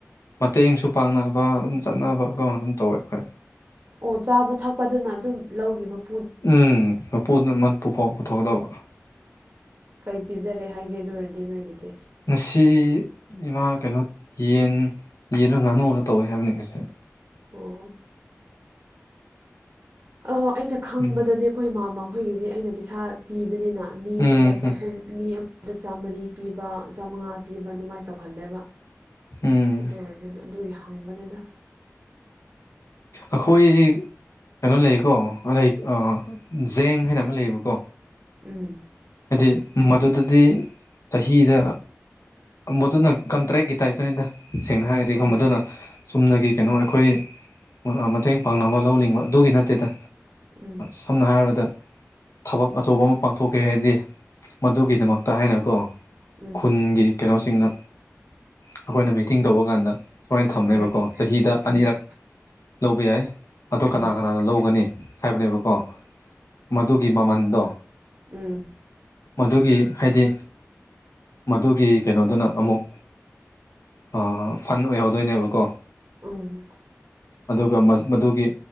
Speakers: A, on the left (about 75°); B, on the right (about 50°).
A: ꯃꯇꯦꯡꯁꯨ ꯄꯥꯡꯅꯕ ꯑꯗꯨꯝ ꯆꯠꯅꯕꯒ ꯑꯗꯨꯝ ꯇꯧꯋꯦ ꯑꯩꯈꯣꯏ꯫
B: ꯑꯣ ꯆꯥꯕ ꯊꯛꯄꯗꯨꯅ ꯑꯗꯨꯝ ꯂꯧꯒꯤ ꯃꯞ
A: ꯎꯝ ꯃꯄꯨꯗꯨꯅ ꯃꯟꯄꯨꯐꯧ ꯄꯨꯊꯣꯛꯀꯗꯕ꯫
B: ꯀꯩ ꯄꯤꯖꯔꯦ ꯍꯥꯏꯒꯦ ꯑꯗꯨ ꯑꯣꯏꯔꯗꯤ ꯅꯣꯏꯒꯤꯗꯤ꯫
A: ꯉꯁꯤ ꯏꯃꯥ ꯀꯩꯅꯣ ꯌꯦꯟ ꯌꯦꯟꯂ ꯉꯥꯅꯨꯔ ꯇꯧꯋꯦ ꯍꯥꯏꯕꯅꯤ ꯉꯁꯤ꯫
B: ꯑꯣ꯫ ꯑꯣ ꯑꯩꯅ ꯈꯪꯕꯗꯗꯤ
A: ꯎꯝ
B: ꯑꯩꯈꯣꯏ ꯃꯥꯝꯃ ꯈꯣꯏꯒꯤꯗꯤ ꯑꯩꯅ ꯄꯩꯁꯥ ꯄꯤꯕꯅꯤꯅ ꯃꯤ
A: ꯎꯝ
B: ꯑꯃꯗ ꯆꯍꯨꯝ
A: ꯎꯝ
B: ꯃꯤ ꯑꯃꯗ ꯆꯥꯝꯃꯔꯤ ꯄꯤꯕ ꯆꯥꯝꯃꯉꯥ ꯄꯤꯕ ꯑꯗꯨꯃꯥꯏꯅ ꯇꯧꯍꯜꯂꯦꯕ꯫
A: ꯎꯝ
B: ꯑꯗꯨ ꯑꯣꯏꯕꯅꯤ ꯑꯗꯨꯒꯤ ꯍꯪꯕꯅꯤꯗ꯫
A: ꯑꯈꯣꯏꯗꯤ ꯀꯩꯅꯣ ꯂꯩꯀꯣ <inaudible> ꯖꯦꯡ ꯍꯥꯏꯅ ꯑꯃ ꯂꯩꯌꯦꯕꯀꯣ꯫
B: ꯎꯝ
A: ꯍꯥꯏꯗꯤ ꯃꯗꯨꯗꯗꯤ ꯆꯍꯤꯗ ꯃꯗꯨꯅ ꯀꯟꯇ꯭ꯔꯦꯛꯀꯤ ꯇꯥꯏꯞꯇꯅꯤꯗ ꯁꯦꯡꯅ ꯍꯥꯏꯔꯗꯤ
B: ꯑꯣ
A: ꯃꯗꯨꯅ ꯆꯨꯝꯅꯒꯤ ꯀꯩꯅꯣ ꯑꯩꯈꯣꯏ ꯃꯥ ꯑꯥ ꯃꯇꯦꯡ ꯄꯥꯡꯅꯕ ꯂꯧ ꯂꯤꯡꯕ ꯑꯗꯨꯒꯤ ꯅꯠꯇꯦꯗ
B: ꯎꯝ
A: ꯁꯝꯅ ꯍꯥꯏꯔꯕꯗ ꯊꯕꯛ ꯑꯆꯧꯕ ꯑꯃ ꯄꯥꯡꯊꯣꯛꯀꯦ ꯍꯥꯏꯗꯤ ꯃꯗꯨꯒꯤꯗꯃꯛꯇ ꯍꯥꯏꯅꯀꯣ
B: ꯎꯝ
A: ꯈꯨꯟꯒꯤ ꯀꯩꯅꯣꯁꯤꯡꯅ ꯑꯩꯈꯣꯏꯅ ꯃꯤꯇꯤꯡ ꯇꯧꯕ ꯀꯥꯟꯗ ꯁꯨꯃꯥꯏꯅ ꯊꯝꯃꯦꯕꯀꯣ
B: ꯎꯝ
A: ꯆꯍꯤꯗ
B: ꯎꯝ
A: ꯑꯅꯤꯔꯛ ꯂꯧꯕ ꯌꯥꯏ ꯑꯗꯣ
B: ꯎꯝ
A: ꯀꯅꯥ
B: ꯎꯝ
A: ꯀꯅꯥꯅ ꯂꯧꯒꯅꯤ ꯍꯥꯏꯕꯅꯦꯕꯀꯣ ꯃꯗꯨꯒꯤ ꯃꯃꯟꯗꯣ
B: ꯎꯝ
A: ꯃꯗꯨꯒꯤ ꯍꯥꯏꯗꯤ ꯃꯗꯨꯒꯤ ꯀꯩꯅꯣꯗꯨꯅ ꯑꯃꯨꯛ ꯑꯥ ꯐꯟ ꯑꯣꯏꯍꯧꯗꯣꯏꯅꯦꯕꯀꯣ
B: ꯎꯝ
A: ꯑꯗꯨꯒ ꯃꯥ ꯃꯗꯨꯒꯤ